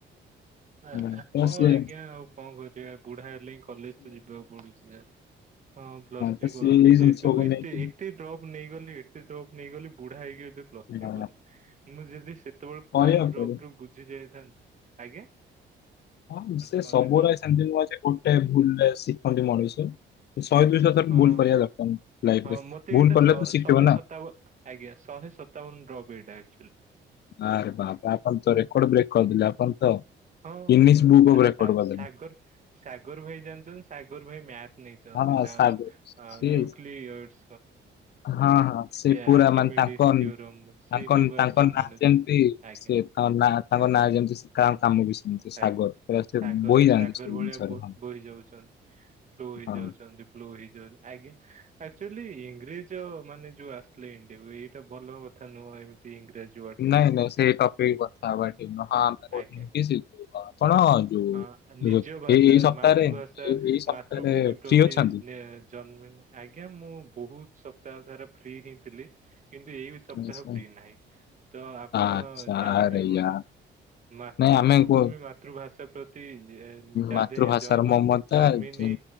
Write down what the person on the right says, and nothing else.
ହଁ
ଆଜ୍ଞା ଆଉ କଣ କରିବା ବୁଢା ହେଲେ ହିଁ କଲେଜ ତ ଯିବାକୁ ପଡୁଛି ଯେ ହଁ ପ୍ଲସ୍ ଥ୍ରୀ
କରୁଛି
ଯେହେତୁ
ଏତେ
ଏତେ ଡ୍ରପ ନେଇଗଲି ଏତେ ଡ୍ରପ ନେଇଗଲି ବୁଢା ହେଇଗଲି ପ୍ଲସ ଥ୍ରି
କରୁଛି ମୁଁ ଯଦି ସେତେବେଳେ
ଫାଷ୍ଟ ଡ୍ରପରେ
ବୁଝି ଯାଇଥାନ୍ତି ଆଜ୍ଞା
ଥରେ
ଡ୍ରପ୍
ହଁ
ହଁ
ମତେ
ଏଇଟା
ଶ
ଶହେ
ସତାବନ ଆଜ୍ଞା ଶହେ ସତାବନ ଡ୍ରପ୍ ଏଇଟା ଆକଚୁଲି
ହଁ
ସା
ସା
ସାଗର ସାଗର ଭାଇ ଜାଣିଛନ୍ତି ସାଗର ଭାଇ ମ୍ୟାଚ ନେଇଛନ୍ତି
ତାଙ୍କର
ହଁ
- ନ୍ୟୁୟରସ
ର୍ନ୍ୟୁକ୍ଲିୟର୍
ଆର୍କିମେଡିସ୍
ଥିଓରମ୍ ଶ୍ରୀନିବାସ
ରାମାନୁଜନ
ଆଜ୍ଞା
ଆ-
ଆଜ୍ଞା।
ସାଗର
ସାଗର
ଭଳିଆ ବୋହି
ଯାଉଛନ୍ତି। ବ୍ଲୁ ହେଇଯାଉଛନ୍ତି
ବ୍ଲୁ ହେଇଯାଉ ଆଜ୍ଞା। ଆକଚୁଲି ଇଂରେଜ ମାନେ ଯୋଉ ଆସିଥିଲେ ଇଣ୍ଡିଆକୁ ଏଇଟା ଭଲ କଥା ନୁହଁ ଏମିତି ଇଂରେଜ।
ଆଜ୍ଞା
ହଁ
ନିଜ ଭାଷା
ମାତୃଭାଷା
ମାତୃଭୂମି ପ୍ରତି।
ଜନ୍ମିନି ଆଜ୍ଞା ମୁଁ ବହୁତ ସପ୍ତାହ ସାରା ଫ୍ରି ହେଇଥିଲି କିନ୍ତୁ ଏଇ। ସପ୍ତାହ
ଫ୍ରି ନାହିଁ ତ ଆପଣ
ଜାଣିଥିବେ
ମୋତେ।
ମାତୃଭୂମି
ମାତୃ ଭାଷା ପ୍ରତି ଯାଦେହେ
ଜନ୍ମ
ଜନ୍ମିନି